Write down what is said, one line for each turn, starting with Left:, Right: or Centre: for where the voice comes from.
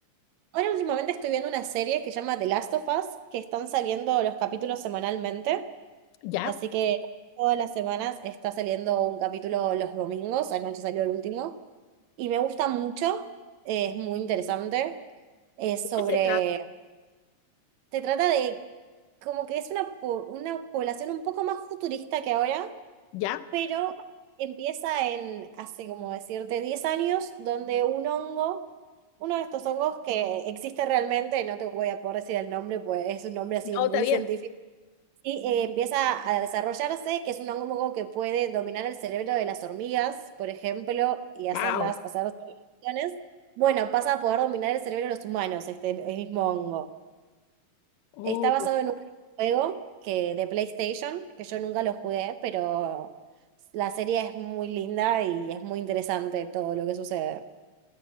Right: Ahora últimamente estoy viendo una serie que se llama The Last of Us, que están saliendo los capítulos semanalmente.
Left: ¿Ya?
Right: Así que todas las semanas está saliendo un capítulo los domingos, anoche salió el último, y me gusta mucho, eh, es muy interesante, es
Left: ¿De
Right: sobre,
Left: qué se trata?
Right: se trata de como que es una, po- una población un poco más futurista que ahora,
Left: ¿Ya?
Right: pero empieza en, hace como decirte, 10 años, donde un hongo, uno de estos hongos que existe realmente, no te voy a poder decir el nombre, pues es un nombre así
Left: No,
Right: muy
Left: está bien.
Right: científico Sí, eh, empieza a desarrollarse, que es un hongo que puede dominar el cerebro de las hormigas, por ejemplo, y hacerlas,
Left: <laughs>
Right: hacer operaciones. Bueno, pasa a poder dominar el cerebro de los humanos, este el mismo hongo.
Left: ¡Wow!
Right: Está basado en un juego que, de PlayStation, que yo nunca lo jugué, pero la serie es muy linda y es muy interesante todo lo que sucede.